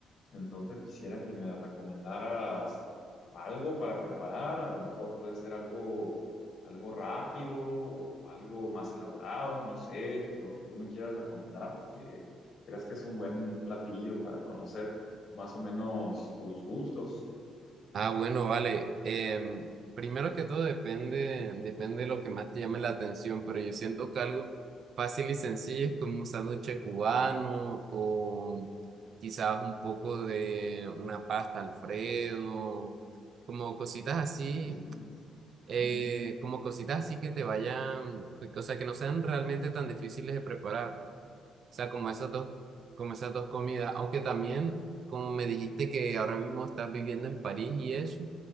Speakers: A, on the left; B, on the right.
A: entonces quisiera que me recomendaras algo para preparar, a lo mejor puede ser algo, algo rápido o algo más elaborado, no sé, lo que tú me quieras recomendar, que creas que es un buen platillo para conocer más o menos tus gustos.
B: Ah, bueno, vale. Em, primero que todo depende, depende de lo que más te llame la atención, pero yo siento que algo fácil y sencillo es como un sándwich cubano o quizás un poco de una pasta Alfredo, como cositas así,
A: Sí, sí, sí.
B: eh,
A: Ujú.
B: como cositas así que te vayan, que- o sea, que no sean realmente tan difíciles de preparar. sea, como esas dos, como esas dos comidas, aunque también, como me dijiste que ahora mismo estás viviendo en París y eso,